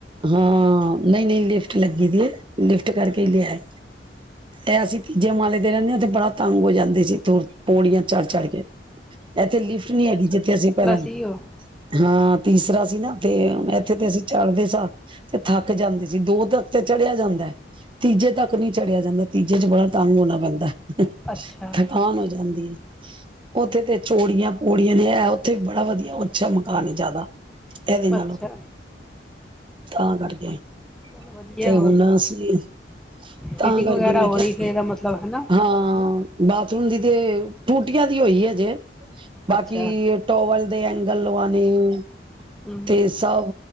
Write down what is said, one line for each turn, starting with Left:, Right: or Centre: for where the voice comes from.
Right: ਹਾਂ ਨਹੀਂ-ਨਹੀਂ ਲਿਫਟ ਲੱਗੀ ਦੀ ਹੈ। ਲਿਫਟ ਕਰਕੇ ਲਿਆਏ ਇਹ ਅਸੀਂ ਤੀਜੇ ਮਾਲੇ ਦੇ ਰਹਿੰਦੇ ਹਾਂ ਤੇ ਬੜਾ ਤੰਗ ਹੋ ਜਾਂਦੇ ਸੀ ਤੁਰ ਪੌੜੀਆਂ ਚੜ-ਚੜ ਕੇ ਇੱਥੇ ਲਿਫਟ ਨੀ ਹੈਗੀ ਜਿੱਥੇ ਅਸੀਂ ਪਹਿਲਾਂ
Centre: ਸੀ ਉਹ
Right: ਹਾਂ ਤੀਸਰਾ ਸੀ ਨਾ ਉਥੇ ਇੱਥੇ ਤੇ ਅਸੀਂ ਚੱਲਦੇ ਸਾਂ, ਤੇ ਥੱਕ ਜਾਂਦੇ ਸੀ, ਦੋ ਤੱਕ ਤੇ ਚੜਿਆ ਜਾਂਦਾ। ਤੀਜੇ ਤੱਕ ਨੀ ਚੜਿਆ ਜਾਂਦਾ ਤੀਜੇ ਚ ਬੜਾ ਤੰਗ ਹੋਣਾ ਪੈਂਦਾ
Centre: ਅੱਛਾ
Right: ਥਕਾਨ ਹੋ ਜਾਂਦੀ ਹੈ, ਉੱਥੇ ਤੇ ਚੋੜੀਆਂ ਪੋੜੀਆਂ ਨੇ ਹੈ। ਉਥ ਬੜਾ ਵਧੀਆ, ਅੱਛਾ ਮਕਾਨ ਜ਼ਿਆਦਾ ਇਹਦੇ ਨਾਲੋਂ,
Centre: ਅੱਛਾ
Right: ਤਾਂ ਕਰਕੇ
Centre: ਚਲੋ ਵਧੀਆ
Right: ਤੇ
Centre: ਹੋਰ
Right: ਹੁਣ
Centre: ਕੀ
Right: ਅਸੀਂ ਤਾਂ
Centre: ਮੀਟਿੰਗ
Right: ਕਰਕੇ
Centre: ਵਗੈਰਾ
Right: ਮੈਂ
Centre: ਹੋ
Right: ਕਿਹਾ
Centre: ਰਹੀ ਫਿਰ ਇਹਦਾ ਮਤਲਬ ਹੈ ਨਾ
Right: ਹਾਂ ਬਾਥਰੂਮ ਹੁੰਦੀ ਤੇ ਟੂਟੀਆਂ ਦੀ, ਹੋਈ ਹੈ ਜੇ ਬਾਕੀ
Centre: ਅੱਛਾ
Right: ਟੋਵਲ ਦੇ ਐਂਗਲ ਲਵਾਣੇ,
Centre: ਹਮ
Right: ਤੇ ਸਭ,